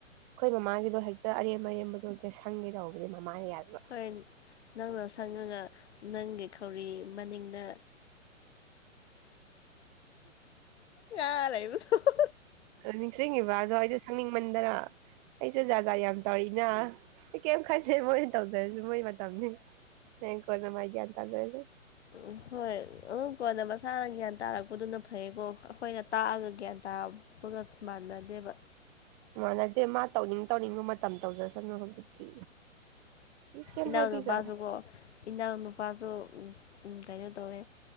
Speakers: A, on the right (about 30°); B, on the left (about 55°).
A: ꯑꯩꯈꯣꯏ ꯃꯃꯥꯒꯤꯗꯣ ꯍꯦꯛꯇ ꯑꯔꯦꯝ ꯑꯔꯦꯝꯕꯗꯣ ꯍꯦꯛꯇ ꯁꯪꯒꯦ ꯇꯧꯕꯅꯦ ꯃꯃꯥꯅ ꯌꯥꯗꯅ
B: ꯑꯩꯏ ꯅꯪꯅ ꯁꯪꯉꯒ ꯅꯪꯒꯤ ꯈꯧꯔꯤ ꯃꯅꯤꯡꯗ <unintelligible>
A: ꯅꯤꯡꯁꯤꯡꯉꯤꯕ ꯑꯗꯣ ꯑꯩꯗꯣ ꯈꯪꯅꯤꯡꯃꯟꯗꯅ ꯑꯩꯁꯨ ꯖꯥꯖꯥꯠ ꯌꯥꯝ ꯇꯧꯔꯤꯅ ꯑꯩ ꯀꯔꯤꯝ ꯈꯟꯖꯩ ꯃꯣꯏꯅ ꯇꯧꯖꯔꯁꯨ ꯃꯣꯏ ꯃꯇꯝꯅꯤ ꯍꯦꯡ ꯀꯣꯅ ꯃꯥꯥꯏꯒꯤꯌꯥ ꯇꯗ ꯑꯣꯏꯁꯨ
B: ꯎꯝ ꯍꯣꯏ ꯑꯗꯨ ꯀꯣꯟꯅ ꯃꯁꯥꯅ ꯒ꯭ꯌꯥꯟ ꯇꯥꯔꯛꯄꯗꯨꯅ ꯐꯩꯌꯦꯀꯣ ꯑꯩꯈꯣꯏꯅ ꯇꯥꯛꯑꯒ ꯒ꯭ꯌꯥꯟ ꯇꯥ ꯄꯨꯒ ꯃꯥꯟꯅꯗꯦꯕ
A: ꯃꯥꯟꯅꯗꯦ ꯃꯥ ꯇꯧꯅꯤꯡ ꯇꯧꯅꯤꯡꯕ ꯃꯇꯝ ꯇꯧꯖꯁꯅꯨ ꯍꯧꯖꯤꯛꯇꯤ ꯀꯩꯝ
B: ꯏꯅꯥꯎ
A: ꯍꯥꯏꯕꯤꯗꯕꯅꯤ
B: ꯅꯨꯄꯥꯁꯨꯀꯣ ꯏꯅꯥꯎ ꯅꯨꯄꯥꯁꯨ ꯀꯩꯅꯣ ꯇꯧꯋꯦ